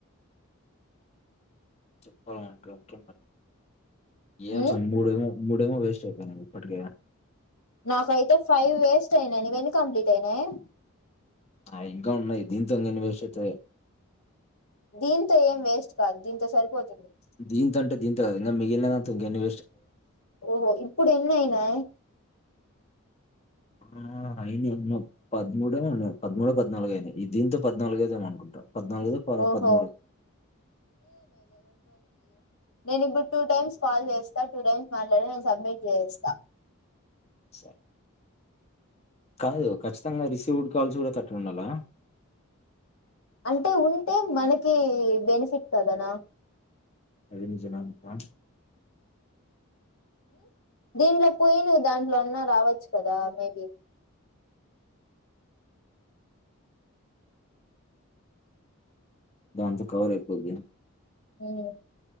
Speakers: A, on the left; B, on the left.
A: చెప్పాల ఉంటే ఇంకేంమరి ఏం
B: ఉమ్
A: సామి మూడేమో మూడేమో వే స్ట్ అయిపోయినాయ్ ఇప్పటికే
B: నాకైతే ఫైవ్ వేస్ట్ అయినాయ్ నీవెన్ని కంప్లీట్ అయినాయ్
A: ఆ ఇంకా ఉన్నాయ్ దీంతో ఇంక ఎన్ని వేస్ట్ అవుతాయో
B: దీంతో ఏం వేస్ట్ కాదు దీంతో సరిపోతుంది
A: దీంతో అంటే దీంత కాదు మిగిలినా వాటిలో ఇంకా ఎన్ని
B: ఓహో ఇప్పుడు ఎన్నయినా
A: ఆ అయినా పదమూడు పదమూడో పద్నాలుగు అయినాయి దీంతో పద్నాలుగు అయితయి అనుకుంటా పద్నాలుగైదో ప
B: ఓహో
A: పదమూడో
B: <unintelligible> నేను ఇప్పుడు టూ టైమ్స్ కాల్ చేస్తా టూ టైమ్స్ మాట్లాడి నేను సబ్మిట్ చేసేస్తా
A: స కాదు ఖచ్చితంగా రిసీవ్డ్ కాల్స్ కూడా థర్టీ ఉండాలా
B: అంటే ఉంటే మనకె బెనిఫిట్ కదనా
A: అది నిజమే అనుకో
B: దీంట్లో పోయి నా దాంట్లో ఆన్నా రావచ్చు కదా మేబి
A: దాంతో కవర అయిపోది
B: హూ